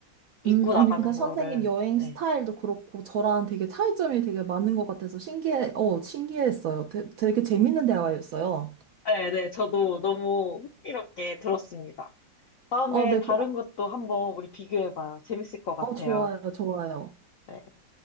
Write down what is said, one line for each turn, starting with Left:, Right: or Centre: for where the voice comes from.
Left: 입고
Right: 음,
Left: 나가는
Right: 아니, 근데 선생님
Left: 거를
Right: 여행
Left: 네.
Right: 스타일도 그렇고 저랑 되게 차이점이 되게 많은 것 같아서 신기해, 어, 신기했어요. 되, 되게 재밌는 대화였어요.
Left: 네, 네, 저도 너무 흥미롭게 들었습니다. 다음에
Right: 아, 네,
Left: 다른
Right: 그, 아,
Left: 것도 한번 우리 비교해봐요. 재밌을 것 같아요.
Right: 어, 좋아요, 좋아요.
Left: 네.